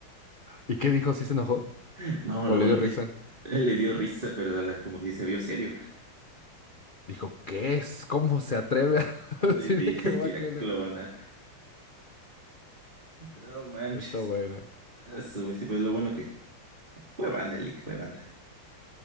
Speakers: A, on the left; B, on the right.
A: ¿Y qué dijo? ¿Sí se enojó?
B: <laughs> No,
A: ¿O
B: lo
A: le
B: bueno
A: dio risa?
B: que es, <laughs> él le dio risa, pero a la- como que sí se vio serio. <laughs>
A: Dijo, ¿qué es? ¿Cómo se atreve a <laughs>
B: Ah,
A: decirme
B: no, y te, <laughs>
A: que va
B: te
A: a
B: iba
A: clonar?
B: a clonar. No manches,
A: Está buena.
B: a su bestia, pero lo bueno que fue banda, Lick, fue banda.